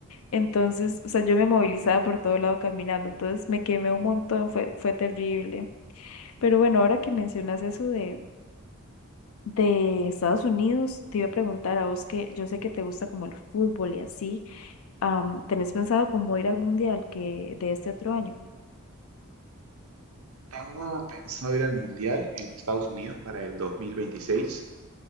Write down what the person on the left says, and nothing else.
Entonces, o sea, yo me movilizaba por todo lado caminando, entonces me quemé un montón, fue, fue terrible. Pero bueno, ahora que mencionas eso de... de Estados Unidos, te iba a preguntar a vos que yo sé que te gusta como el fútbol y así, am, ¿tenés pensado cómo ir al mundial que de este otro año?